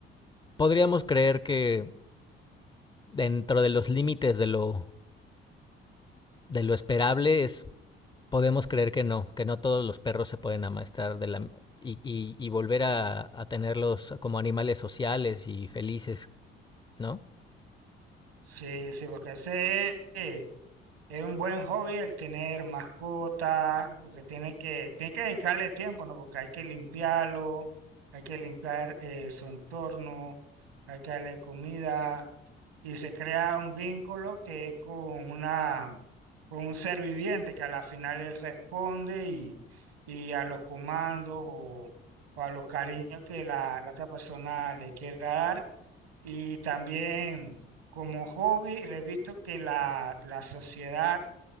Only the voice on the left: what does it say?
podríamos creer que dentro de los límites de lo, de lo esperable es, podemos creer que no, que no todos los perros se pueden amastar de la, y, y, y volver a, a tenerlos como animales sociales y felices, ¿no?